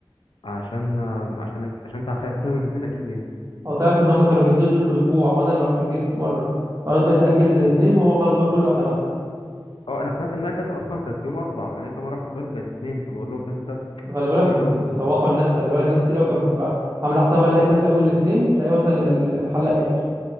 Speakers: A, on the left; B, on the right.
A: عشان عشان عشان انت اخدت يوم الاثنين اكيد يعني
B: هو تعرف ان هم كانوا بينزلوا طول الاسبوع وانا اللي رحت جيت مره خلاص بقيت اجز الاثنين هو خلاص بقى كله اعتمدها
A: اه انا سمعت انها كانت اصلا كانت يوم اربع لان انت مره واحده غيرت بقت اثنين فبقول لهم امتى
B: خلي بالك
A: فقالوا
B: هم صد-
A: ان
B: سوحوا الناس خلي بالك ناس كتير قوي كانت بتبقى عامله حسابها لا تحلق يوم الاثنين تلاقي مثلا ال- ال- الحلاق قافل